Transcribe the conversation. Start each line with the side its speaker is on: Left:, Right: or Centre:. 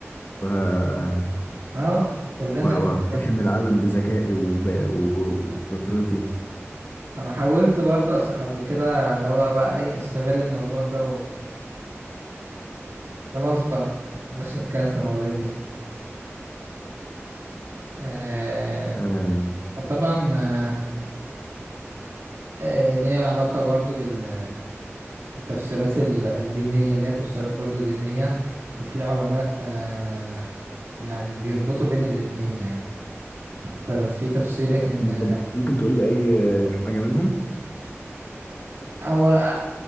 Left: وه...
Right: اه كلنا
Left: وهقتحم
Right: كنا كده
Left: العالم بذكائي وب... وب- وبفطرتي
Right: أنا حاولت برضه أس- قبل كده اللي هو بقى أي أستغل الموضوع ده وخلاص بقى مش نتكلم في المواضيع دي آه،
Left: آه.
Right: طبعا آه، آه، ليها علاقة برضو بال التفسيرات الدينية ليها تفسيرات برضو دينية وفي علماء آه يعني بيربطوا بين الاتنين يعني ففي تفسير إن
Left: طب ممكن تقول لي أي آه، حاجة منهم؟
Right: هو آه،